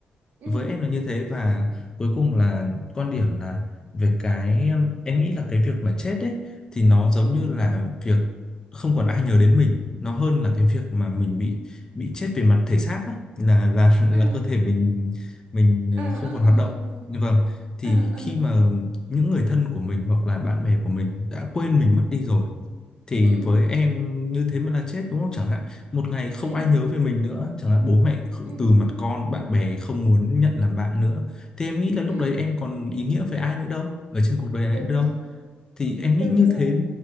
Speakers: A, on the right; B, on the left.
A: ừ,
B: với em là như thế và cuối cùng là quan điểm là về cái em nghĩ là cái việc mà chết ấy thì nó giống
A: ừ.
B: như là việc không còn ai nhớ đến mình nó hơn là cái việc mà mình bị bị chết về mặt thể xác á là là <laughs> là
A: À,
B: cơ thể mình mình ờ,
A: à, à,
B: không còn
A: à,
B: hoạt động
A: à,
B: như vâng thì
A: à, à, à,
B: khi mà những người thân của mình hoặc là bạn bè của mình đã quên mình mất đi rồi thì
A: ừ,
B: với em như thế mới là chết đúng không chẳng hạn một ngày không
A: ừ,
B: ai nhớ về mình nữa chẳng hạn bố mẹ kh-
A: ừ,
B: từ mặt con bạn bè không muốn nhận làm bạn nữa thì em nghĩ là lúc
A: ừ,
B: đấy em còn ý nghĩa với ai nữa đâu ở trên cuộc đời này
A: đúng
B: nữa đâu
A: rồi,
B: thì em
A: đúng
B: nghĩ như
A: rồi.
B: thế